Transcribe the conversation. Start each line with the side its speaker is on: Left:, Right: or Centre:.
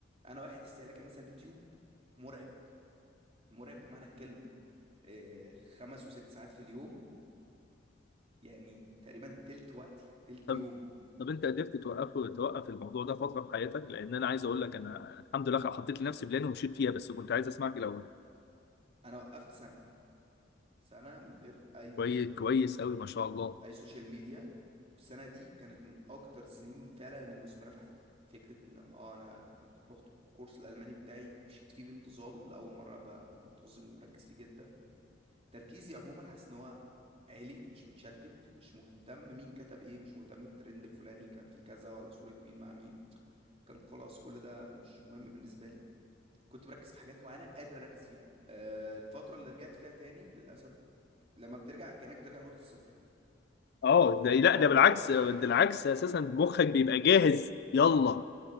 Right: انا واحد استهلاكي مثلا اليوتيوب مرعب مرعب بمعنى الكلمة آه، خمس وست ساعات في اليوم يعني تقريبا تلت وقتي تلت
Left: طب
Right: يومي
Left: طب انت قدرت توقفه توقف الموضوع ده فترة في حياتك لان انا عايز اقول لك انا الحمد لله حطيت لنفسي بلان ومشيت فيها بس كنت عايز اسمعك الاول
Right: انا وقفت سنة سنة من غير اي
Left: كويس كويس قوي ما شاء الله
Right: اي سوشيال ميديا والسنة دي كانت من اكتر السنين فعلا المثمرة في حياتي فكرة ان اه انا انا كنت باخد الكورس الالماني بتاعي مشيت فيه بانتظام لاول مرة ابقى منتظم ومركز فيه جدا تركيزي عموما حاسس ان هو عالي مش متشتت مش مهتم مين كتب ايه مش مهتم الترند الفلاني كان فيه كذا ولا صورة مين مع مين كان خلاص كل ده مش مهم بالنسبة لي كنت بركز في حاجات معينه قادر اركز فيها آه، الفتره اللي رجعت فيها تاني للاسف لما بترجع كانك بترجع لنقطه الصفر
Left: اه
Right: فتحت
Left: ده لا
Right: مره
Left: ده بالعكس
Right: اتشديت
Left: ده العكس اساسا مخك بيبقى جاهز يلا